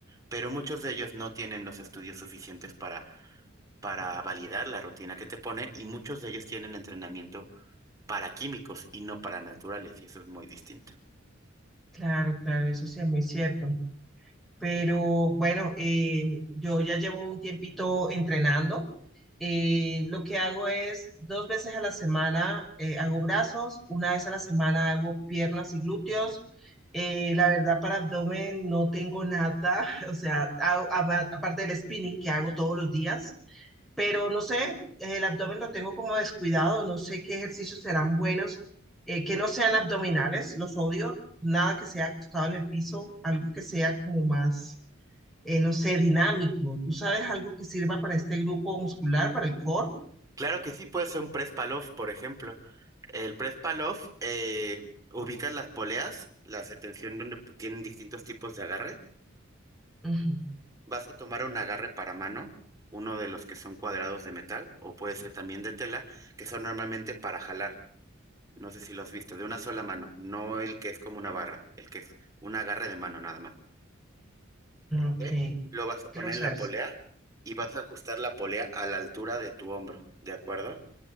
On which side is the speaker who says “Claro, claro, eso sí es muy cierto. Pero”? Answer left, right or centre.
Centre